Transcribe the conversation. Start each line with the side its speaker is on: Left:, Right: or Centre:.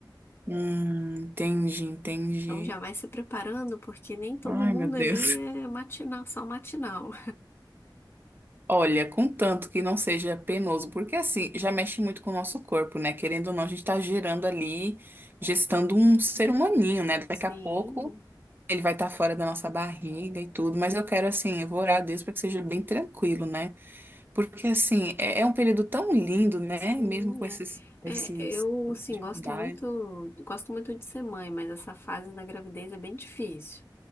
Right: Hum, entendi, entendi.
Left: Então já vai se preparando, porque nem todo
Right: Ai,
Left: mundo
Right: meu Deus.
Left: ali é matinal, só matinal.
Right: Olha, contanto que não seja penoso, porque assim, já mexe muito com o nosso corpo, né? Querendo ou não, a gente tá gerando ali, gestando um ser humaninho, né?
Left: <laughs>
Right: Daqui
Left: Sim.
Right: a pouco ele vai estar fora da nossa barriga e tudo, mas eu quero, assim, eu vou orar a Deus para que seja bem tranquilo, né? Porque, assim, é, é um período tão lindo, né?
Left: Sim,
Right: Mesmo com
Left: é.
Right: esses,
Left: É,
Right: esses
Left: eu, assim,
Right: dificuldades.
Left: gosto muito, gosto muito de ser mãe, mas essa fase da gravidez é bem difícil.